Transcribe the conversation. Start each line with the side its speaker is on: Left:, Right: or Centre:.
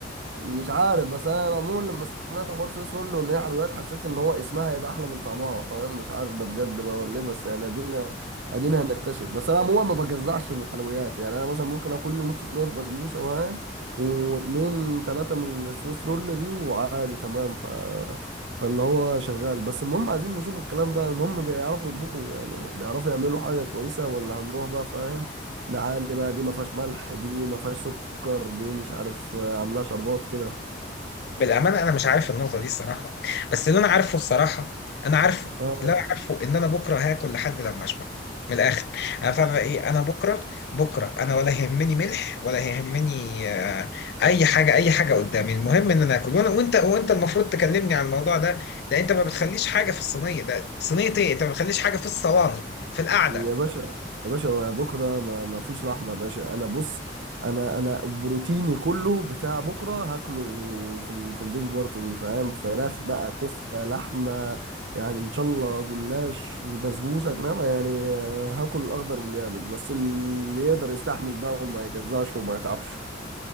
Right: مش عارف بس انا عموما لما سمعت حوار سويس رول ان هي حلويات حسيت ان هو اسمها هيبقى احلى من طعمها فاهم مش عارف ده بجد بقى ولا ايه بس يعني ادينا ادينا هنكتشف بس انا عموما ما بجزعش من الحلويات يعني انا مثلا ممكن اكل لي نص صينيه بسبوسه فاهم واتنين تلاته من السويس رول دي وعادي تمام ف... فاللي هو شغال بس المهم عايزين نشوف الكلام ده المهم بيعرفوا يطبخوا يعني بيعرفوا يعملوا حاجه كويسه ولا هنروح بقى فاهم ده عندي بقى دي ما فيهاش ملح دي ما فيهاش سكر دي مش عارف آه، عاملاها شربات كده
Left: بالامانه انا مش عارف النقطه دي الصراحه بس اللي انا عارفه الصراحه انا عارفه
Right: اه
Left: اللي انا عارفه ان انا بكره هاكل لحد لما اشبع من الاخر انا فاهم ايه انا بكره بكره انا ولا يهمني ملح ولا يهمني آه، اي حاجه اي حاجه قدامي المهم ان انا اكل وانا وانت وانت المفروض تكلمني عن الموضوع ده ده انت ما بتخليش حاجه في الصينيه ده صينيه ايه انت ما بتخليش حاجه في الصواني في القعده
Right: يا باشا يا باشا ما بكره ما, ما فيش رحمه يا باشا انا بص انا انا بروتيني كله بتاع بكره هاكله في ال... في الديش بارت دي فاهم فراخ بقى كفته لحمه يعني ان شاء الله جلاش بسبوسه انما يعني آه، هاكل الاخضر واليابس بس اللي يقدر يستحمل بقى وما يجزعش وما يتعبش